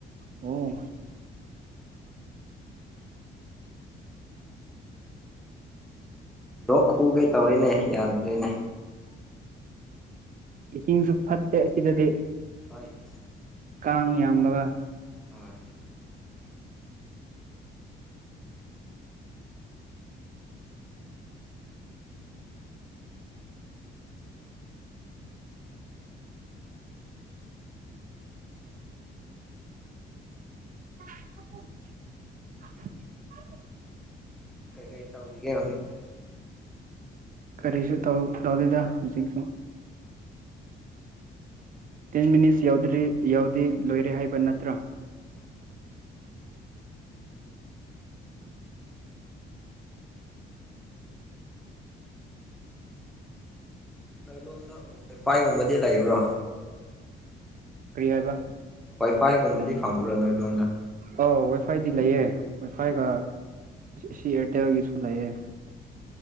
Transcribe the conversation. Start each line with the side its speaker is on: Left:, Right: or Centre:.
Right: ꯑꯣ
Centre: ꯂꯣꯛ ꯈꯨꯒꯦ ꯇꯧꯔꯤꯅꯦ ꯌꯥꯗ꯭ꯔꯦꯅꯦ
Right: ꯏꯁꯤꯡꯁꯨ ꯐꯠꯇꯦ ꯑꯁꯤꯗꯗꯤ
Centre: ꯍꯣꯏ <unintelligible>
Right: ꯀꯥꯡ ꯌꯥꯝꯕꯒ
Centre: ꯍꯣꯏ
Right: <inaudible>
Centre: ꯀꯩꯀꯩ ꯇꯧꯔꯤꯒꯦ ꯍꯧꯖꯤꯛꯇꯤ
Right: ꯀꯔꯤꯁꯨ ꯇꯧ ꯇꯧꯗꯦꯗꯥ ꯍꯧꯖꯤꯛꯁꯨ ꯇꯦꯟ ꯃꯤꯅꯤꯠꯁ ꯌꯥꯎꯗ꯭ꯔꯤ ꯌꯥꯎꯗꯤ ꯂꯣꯏꯔꯦ ꯍꯥꯏꯕ ꯅꯠꯇ꯭ꯔꯥ?
Centre: ꯅꯣꯏꯂꯣꯝꯗ ꯎ <unintelligible> ꯄꯥꯏꯒꯨꯝꯕꯗꯤ ꯂꯩꯕ꯭ꯔꯣ
Right: ꯀꯔꯤ ꯍꯥꯏꯕ
Centre: ꯋꯥꯏꯐꯥꯏꯒꯨꯝꯕꯗꯤ ꯐꯪꯕ꯭ꯔꯥ ꯅꯣꯏ ꯂꯣꯝꯗ
Right: ꯑꯧ ꯋꯥꯏꯐꯥꯏꯗꯤ ꯂꯩꯑꯦ ꯋꯥꯏꯐꯥꯏꯒ ꯑꯁꯤ ꯑꯦꯌꯥꯔꯇꯦꯜꯒꯤꯁꯨ ꯂꯩꯑꯦ꯫